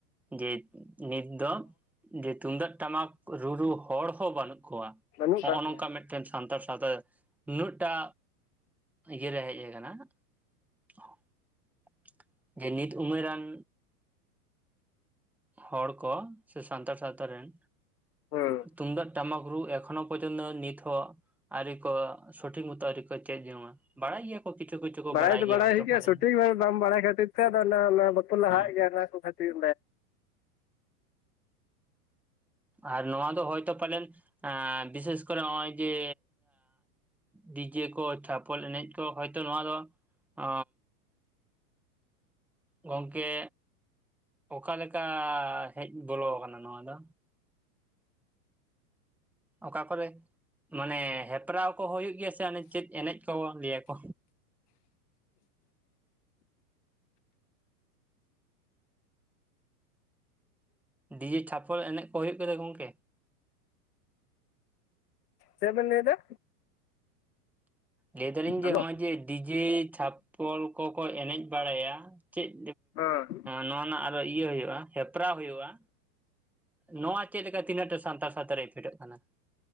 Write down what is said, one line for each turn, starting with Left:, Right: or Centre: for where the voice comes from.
Centre: ᱡᱮ ᱱᱤᱛ ᱫᱚ ᱡᱮ ᱛᱩᱢᱫᱟᱹᱜ ᱴᱟᱢᱟᱠ ᱨᱩ ᱨᱩ ᱦᱚᱲ ᱦᱚᱸ ᱵᱟᱹᱱᱩᱜ ᱠᱚᱣᱟ᱾
Left: ᱵᱟᱹᱱᱩᱜ
Centre: ᱦᱚᱸᱜᱼᱚ
Left: ᱠᱟᱜ ᱠᱚᱣᱟ
Centre: ᱱᱚᱝᱠᱟ ᱢᱤᱫᱴᱟᱱ ᱮᱠᱮᱱ ᱥᱟᱱᱛᱟᱲ ᱥᱟᱶᱛᱟ ᱱᱩᱱᱟᱹᱜᱴᱟ ᱤᱭᱟᱹᱨᱮ ᱦᱮᱡ ᱞᱮᱱᱟ <unintelligible> ᱡᱮ ᱱᱤᱛ ᱩᱢᱟᱹᱨᱟᱱ ᱦᱚᱲ ᱠᱚ ᱥᱮ ᱥᱟᱱᱛᱟᱲ ᱥᱟᱶᱛᱟ ᱨᱮᱱ
Left: ᱦᱩᱸ
Centre: ᱛᱩᱢᱫᱟᱜ ᱴᱟᱢᱟᱠ ᱨᱩ ᱮᱠᱷᱚᱱᱚ ᱯᱚᱨᱡᱚᱱᱛᱚ ᱱᱤᱛ ᱦᱚᱸ ᱟᱹᱣᱨᱤ ᱠᱚ ᱥᱚᱴᱷᱤᱠ ᱩᱛᱟᱹᱨᱟ ᱠᱚ ᱪᱮᱫ ᱡᱚᱝᱟ ᱵᱟᱲᱟᱭ ᱜᱮᱭᱟ ᱠᱤᱪᱷᱩ ᱠᱤᱪᱷᱩ ᱠᱚ
Left: ᱵᱟᱲᱟᱭ ᱫᱚ ᱵᱟᱲᱟᱭ
Centre: ᱦᱚᱭᱛᱚ
Left: ᱦᱩᱭᱩᱜ ᱜᱮᱭᱟ
Centre: ᱯᱟᱞᱮᱱ
Left: ᱥᱚᱴᱷᱤᱠ ᱵᱷᱟᱵᱮ ᱵᱟᱢ ᱵᱟᱲᱟᱭ ᱠᱷᱟᱹᱛᱤᱨ ᱛᱮ ᱟᱫᱚ ᱚᱱᱟ ᱵᱟᱠᱚ ᱞᱟᱦᱟᱜ
Centre: ᱦᱮᱸ
Left: ᱜᱮᱭᱟ ᱚᱱᱟ ᱠᱚ ᱠᱷᱟᱹᱛᱤᱨ
Centre: ᱟᱨ ᱱᱚᱣᱟ ᱫᱚ ᱦᱚᱭᱛᱳ ᱯᱟᱞᱮᱱ ᱵᱤᱥᱮᱥ ᱠᱚᱨᱮ ᱱᱚᱜᱼᱚᱭ ᱡᱮ ᱰᱤᱡᱮ ᱠᱚ ᱪᱷᱟᱯᱚᱞ ᱮᱱᱮᱡ ᱠᱚ ᱦᱚᱭᱛᱚ ᱱᱚᱣᱟ ᱫᱚ ᱚ ᱜᱚᱝᱠᱮ ᱚᱠᱟᱞᱮᱠᱟ ᱦᱮᱡ ᱵᱚᱞᱚᱣ ᱟᱠᱟᱱᱟ ᱱᱚᱣᱟ ᱫᱚ᱾ ᱚᱠᱟ ᱠᱚᱨᱮ ᱢᱟᱱᱮ ᱦᱮᱯᱨᱟᱣ ᱠᱚ ᱦᱩᱭᱩᱜ ᱜᱮᱭᱟ ᱥᱮ ᱚᱱᱮ ᱪᱮᱫ ᱮᱱᱮᱡ ᱠᱚ ᱞᱟᱹᱭᱟᱠᱚ᱾ ᱰᱤᱡᱮ ᱪᱷᱟᱯᱚᱞ ᱮᱱᱮᱡ ᱠᱚ ᱦᱩᱭᱩᱜ ᱜᱮᱫᱚ ᱜᱚᱝᱠᱮ
Left: ᱪᱮᱫ ᱵᱮᱱ ᱞᱟᱹᱭᱮᱫᱟ?
Centre: ᱞᱟᱹᱭ ᱫᱟᱞᱤᱧ ᱡᱮ
Left: ᱦᱮᱞᱳ
Centre: ᱱᱚᱜᱼᱚᱭ ᱡᱮ ᱰᱤᱡᱮ ᱪᱷᱟᱯᱚᱞ ᱠᱚᱠᱚ ᱮᱱᱮᱡ ᱵᱟᱲᱟᱭᱟ ᱪᱮᱫ
Left: ᱦᱮᱸ
Centre: ᱱᱚᱣᱟ ᱨᱮᱱᱟᱜ ᱟᱨᱚ ᱤᱭᱟᱹ ᱦᱩᱭᱩᱜᱼᱟ ᱦᱮᱯᱨᱟᱣ ᱦᱩᱭᱩᱜᱼᱟ᱾ ᱱᱚᱣᱟ ᱪᱮᱫᱞᱮᱠᱟ ᱛᱤᱱᱟᱹᱜᱴᱟ ᱥᱟᱱᱛᱟᱲ ᱥᱟᱶᱛᱟ ᱨᱮ ᱯᱷᱮᱰᱚᱜ ᱠᱟᱱᱟ᱾